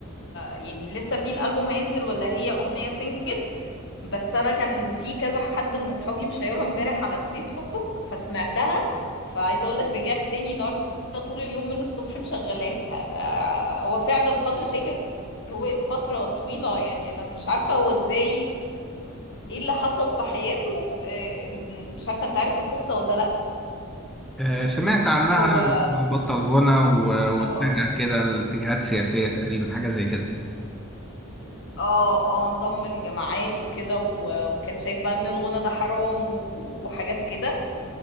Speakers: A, on the left; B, in the centre.
A: يعني لسه في الألبوم هينزل ولا هي اغنية سنجل بس انا كان في كذا حد من اصحابي مشيرها امبارح على الفيسبوك فسمعتها فعايزه اقول لك رجعت تاني النهارده طول اليوم من الصبح مشغلاها آه، هو فعلا فضل شاكر وقف فتره طويله يعني انا مش عارفه هو ازاي ايه اللي حصل في حياته آه، مش عارفه انت عارف القصه ولا لا
B: آه، سمعت عنها
A: هو
B: إنه بطل غنى و- واتجه
A: هو
B: كده لاتجاهات سياسيه تقريبا حاجه زي كده
A: اه اه انضم الجماعات وكده و- وكان شايف بقى ان الغنى ده حرام و- وحاجات كده